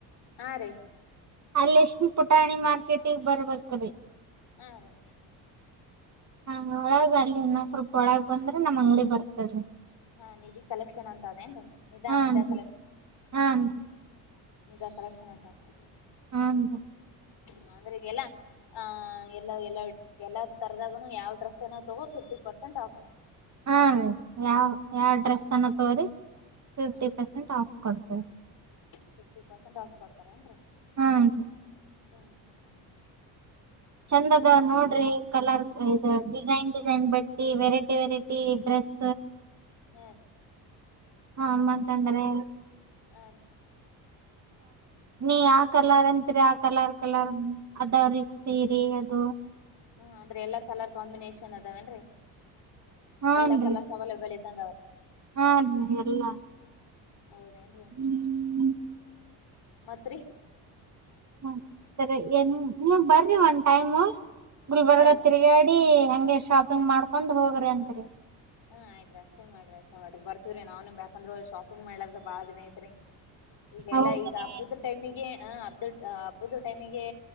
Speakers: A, on the left (about 60°); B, on the right (about 35°).
A: ಹಾ ರೀ.
B: ಅಲ್ಲಿ ರೇಶ್ಮಿ ಪುಟಾಣಿ ಮಾರ್ಕೆಟಿಗೆ ಬರ್ಬೇಕ ರೀ.
A: ಹಾ ರೀ.
B: ಹಾ ಒಳಗ ಅಲ್ಲಿ ಇನ್ನೊ್ ಸ್ವಲ್ಪ ಒಳಗ್ ಬಂದ್ರೆ ನಮ್ ಅಂಗಡಿ ಬರ್ತದರಿ.
A: ಹಾ ನಿಧಿ ಕಲೆಕ್ಷನ್ ಅಂತ ಅದೇ ಏನ್ರಿ ನಿಧಾ
B: ಹಾನ್ರಿ
A: ನಿಧಾ ಕಲೆಕ್ಷನ್
B: ಹಾನ್ರಿ
A: ನಿಧಾ ಕರೆಕ್ಷನ್ ಅಂತಾನ್ ಅದು
B: ಹಾನ್ರಿ
A: ಹ್ಮ್ ಅದ್ರಿಗೆಲ್ಲಾ ಆ ಎಲ್ಲ ಎಲ್ಲಾ ಎಲ್ಲ ತರದಾಗನು ಯಾವ್ ಡ್ರೆಸ್ಸನ ತಗೋ ಫಿಫ್ಟಿ ಪರ್ಸೆಂಟ್ ಆಫ್ರ
B: ಹಾ ರೀ ಯಾವ ಯಾವ ಡ್ರೆಸ್ ಅನ್ನು ತೋರಿ ಫಿಫ್ಟಿ
A: ಹ್ಮ್
B: ಪರ್ಸೆಂಟ್ ಆಫ್ ಕೊಡ್ತೇವಿ
A: ಫಿಫ್ಟಿ ಪರ್ಸೆಂಟ್ ಆಫ್ ಕೊಡ್ತಾರೇನ್ರಿ
B: ಹ್ಮರಿ
A: ಹ್ಮ್ ಹ್ಮ್ ಹ್ಮ್ ಹ್ಮ
B: ಚಂದ ಅದ ನೋಡ್ರಿ ಕಲರ್ ಇದು ಡಿಸೈನ್ ಡಿಸೈನ್ ಬಟ್ಟಿ ವೆರೈಟಿ ವೆರೈಟಿ ಡ್ರೆಸ್
A: ಹಲ್
B: ಹಾ ಮತ್ಂದ್ರೆ
A: ಆ
B: ನೀ ಯಾವ ಕಲರ್ ಅಂತೀರಿ ಆ ಕಲರ್ ಕಲರ್ ಅದಾವ್ರೀ ಸೀರಿ ಅದು
A: ಹ್ಮ ಅಂದ್ರೆ ಎಲ್ಲಾ ಕಲರ್ ಕಾಂಬಿನೇೇಶನ್ ಅದಾವೇನ್ೀ
B: ಹಾನ್ರಿ
A: ಎಲ್ಲಾ ಕಲರ್ಸ್ ಅವೈಲಬಲ್ ಇದ್ದಂಗ ಅವರು
B: ಹಾನ್ರಿ ಎಲ್ಲಾ
A: ಹೌದೇನ್ರರಿ
B: ಹ್ಮ
A: ಮತ್ರಿ
B: ಹ್ಮ ಸರಿ ಏನ್ ನೀ ಬರ್ರಿ ಒನ್ ಟೈಮ್ ಗುಲ್ಬರ್ಗ
A: ಹಾ ರೀ
B: ತಿರುಗಾಡಿ ಹಂಗೆ ಶಾಪಿಂಗ್ ಮಾಡ್ಕೊಂಡ್ ಹೋಗ್ರಿ ಅಂತರಿ
A: ಹಾ್ ಆಯತ್ ಅಷ್ಟೇ ಮಾಡ್ರಿ ಅಷ್ಟೇ ಮಾಡ್ರಿರ್ತಿವೀ ನಾವವುನ್ ಬೇಕಂದ್ರರು ಶಾಪಿಂಗ್ಾರ್ದ ಬಾಳ ದಿನ ಐತ್ರಿ ಈಗೆಲ್ಲಾ
B: ಹೌದ್ರೀ
A: ಈಗ ಹಬ್ಬದ ಟೈಮಿಗೆ ಹ ಹಬ್ಬದ ಹಬ್ಬದ ಟೈಮಿಗೆ